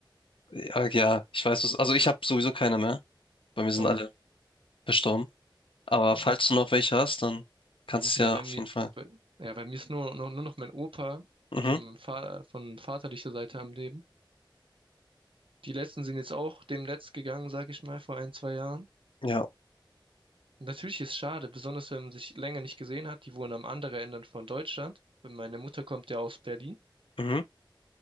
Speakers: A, on the left; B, on the right.
A: Ja, ja, ich weiß es. Also ich habe sowieso keine mehr. Bei mir sind
B: Oh.
A: alle verstorben. Aber falls
B: Ja,
A: du noch welche hast, dann kannst du es
B: ja,
A: ja
B: weil
A: auf
B: mir,
A: jeden Fall.
B: bei, ja, weil mir ist nur, nur, nur noch mein Opa
A: Mhm.
B: von, meinem Fa von vaterlicher Seite am Leben. Die letzten sind jetzt auch demnächst gegangen, sage ich mal, vor ein, zwei Jahren.
A: Ja.
B: Natürlich ist schade, besonders wenn man sich länger nicht gesehen hat. Die wohnen am anderen Ende von Deutschland. Meine Mutter kommt ja aus Berlin.
A: Mhm.